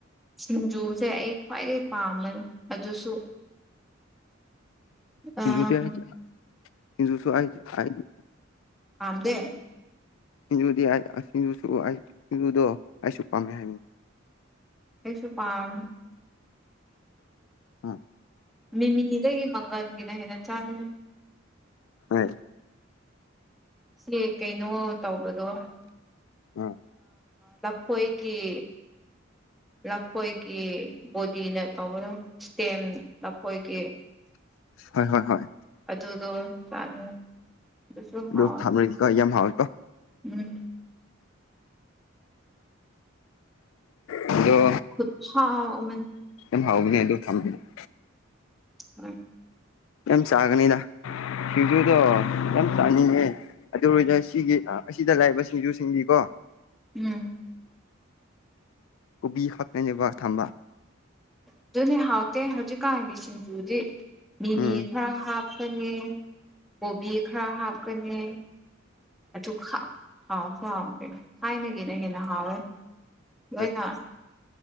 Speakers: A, in the centre; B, on the left.
A: ꯁꯤꯁꯤꯡꯖꯨꯁꯦ ꯑꯩ ꯈ꯭ꯋꯥꯏꯗꯩ ꯄꯥꯝꯃꯦ ꯑꯗꯨꯁꯨ
B: ꯁꯤꯡꯖꯨ
A: ꯑꯥ
B: ꯍꯥꯏ ꯍꯖꯁꯨ ꯍꯥꯏ ꯍꯥꯏꯗꯤ
A: ꯄꯥꯃꯗꯦ
B: ꯁꯤꯡꯖꯨꯗꯤ ꯑꯩ ꯁꯤꯡꯖꯨꯁꯨ ꯑꯩ ꯁꯤꯡꯖꯨꯗꯣ ꯑꯩꯁꯨ ꯄꯥꯝꯃꯦ ꯍꯥꯏꯕꯅꯤ
A: ꯀꯩꯁꯨ ꯄꯥꯟ
B: ꯑ
A: ꯃꯤꯃꯤꯗꯒꯤ ꯃꯪꯒꯜꯒꯤꯅ ꯍꯦꯟꯅ ꯆꯥꯅꯤꯡ
B: ꯍꯣꯏ
A: ꯁꯤ ꯀꯩꯅꯣ ꯇꯧꯕꯗꯣ
B: ꯑ
A: ꯂꯐꯣꯏꯒꯤ ꯂꯐꯣꯏꯒꯤ ꯕꯣꯗꯤꯅ ꯇꯧꯕꯗ ꯏꯁꯇꯦꯝ ꯂꯐꯣꯏꯒꯤ
B: ꯍꯣꯏ ꯍꯣꯏ ꯍꯣꯏ
A: ꯑꯗꯨꯗꯣ ꯆꯥꯅꯤꯡꯉꯦ ꯑꯗꯨꯁꯨ
B: ꯑꯗꯨ
A: ꯍꯥꯎꯋꯦ
B: ꯊ ꯀ ꯌꯥꯝ ꯍꯥꯎ
A: ꯎꯝ
B: ꯑꯗꯣ
A: ꯈꯨꯠꯁꯥ ꯑꯃꯅꯦ
B: ꯝ ꯍꯥꯎ ꯄꯅꯦ ꯍꯥꯏꯗ ꯊꯝ ꯄꯅꯤ
A: <unintelligible>
B: ꯌꯥꯝ ꯆꯥꯒꯅꯤꯗ ꯁꯤꯡꯖꯨꯗ ꯌꯥꯝ ꯆꯥꯅꯤ ꯑꯗꯨꯔ ꯑꯣꯏꯅꯅ ꯁꯤꯒꯤ ꯑꯁꯤꯗ ꯂꯥꯛꯏꯕ ꯁꯤꯡꯖꯨ ꯁꯤꯡꯕꯤꯀꯣ
A: ꯎꯝ
B: ꯀꯣꯕꯤ ꯈꯛꯅꯕ ꯊꯝꯕ
A: ꯑꯗꯨꯅꯦ ꯍꯥꯎꯇꯦ ꯍꯧꯖꯤꯛꯀꯥꯟꯒꯤ ꯁꯤꯡꯖꯨꯗꯤ ꯃꯤꯃꯤ
B: ꯎꯝ
A: ꯈꯔ ꯍꯥꯞꯄ ꯍꯥꯞꯀꯅꯤ ꯀꯣꯕꯤ ꯈꯔ ꯍꯥꯞꯀꯅꯤ ꯑꯗꯨ ꯍꯥꯎꯁꯨ ꯍꯥꯎꯗꯦ ꯊꯥꯏꯅꯒꯤꯅ ꯍꯦꯟꯅ ꯍꯥꯎꯋꯦ
B: ꯍꯣꯏ
A: ꯂꯣꯏꯅ